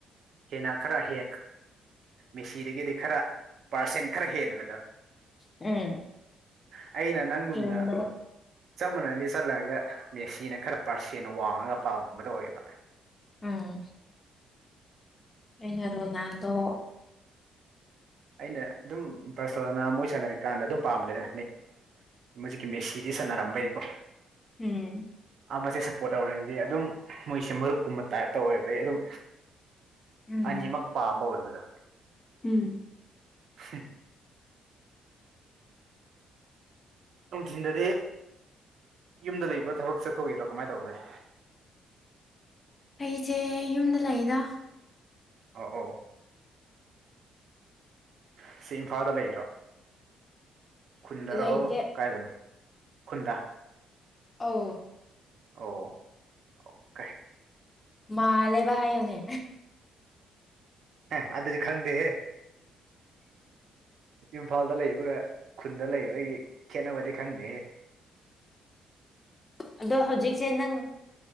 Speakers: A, on the right (about 65°); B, on the left (about 25°).
A: ꯍꯦꯟꯅ ꯈꯔ ꯍꯦꯛ ꯃꯦꯁꯤꯗꯒꯤꯗꯤ ꯈꯔ ꯄꯥꯔꯁꯦꯟ ꯈꯔ ꯍꯦꯟꯕꯗ
B: ꯎꯝ
A: ꯑꯩꯅ ꯅꯪꯒꯨꯝꯅ
B: ꯍꯦꯟꯕꯗꯣ
A: ꯑꯝꯕꯅꯗꯤ ꯆꯠꯂꯒ ꯃꯦꯁꯤꯅ ꯈꯔ ꯄꯥꯔꯁꯦꯅ ꯋꯥꯡꯉꯒ ꯄꯥꯝꯕ ꯇꯧꯋꯦꯕ
B: ꯎꯝ ꯑꯅꯔꯣ ꯅꯥꯟꯗꯣ
A: ꯑꯩꯅ ꯑꯗꯨꯝ ꯕꯔꯁꯂꯣꯅꯥ ꯃꯣꯏ ꯁꯥꯟꯅꯔꯤꯀꯥꯟꯗ ꯑꯗꯨꯝ ꯄꯥꯝꯕꯅꯦꯗ ꯍꯧꯖꯤꯛꯀꯤ ꯃꯦꯁꯤꯗꯤ ꯁꯥꯟꯅꯔꯝꯕꯩꯀꯣ
B: ꯎꯝ
A: ꯃꯦ ꯁꯞꯄꯣꯔꯠ ꯇꯧꯔꯦꯗꯤ ꯑꯗꯨꯝ ꯃꯣꯏꯁꯦ ꯃꯔꯨꯞꯀꯨꯝꯕ ꯇꯥꯏꯞꯇ ꯑꯣꯏꯕꯩ ꯑꯗꯨꯝ
B: ꯎꯝ
A: ꯑꯅꯤꯃꯛ ꯄꯥꯝꯕ ꯑꯣꯏꯒꯗꯥ ꯌꯥ
B: ꯎꯝ
A: ꯁꯤ ꯅꯨꯡꯊꯤꯟꯜꯗꯗꯤ ꯌꯨꯝꯗ ꯂꯩꯕ꯭ꯔꯥ ꯊꯕꯛ ꯆꯠꯊꯣꯛꯒꯦꯔꯥ ꯀꯃꯥꯏꯅ ꯇꯧꯒꯦ
B: ꯑꯩꯁꯦ ꯌꯨꯝꯗ ꯂꯥꯛꯏꯗ
A: ꯑ ꯑ ꯁꯤ ꯏꯝꯐꯥꯜꯗ ꯂꯩꯔꯣ ꯈꯨꯨꯟꯗꯔꯣ
B: ꯂꯩꯇꯦ
A: ꯀꯥꯏꯗꯅꯣ ꯈꯨꯟꯗ
B: ꯑ
A: ꯑꯣ ꯑꯣꯀꯦ
B: ꯃꯥꯂꯦꯕꯍꯥꯏꯨꯅꯦ
A: ꯍ ꯑꯗꯨꯗꯤ ꯈꯪꯗꯦꯦ ꯏꯝꯐꯥꯜꯗ ꯂꯩꯕꯒ ꯈꯨꯟꯗ ꯂꯩꯕꯒꯤ ꯈꯦꯠꯅꯕꯗꯤ ꯈꯪꯗꯦ
B: ꯑꯗꯣ ꯍꯧꯖꯤꯛꯁꯦ ꯅꯪ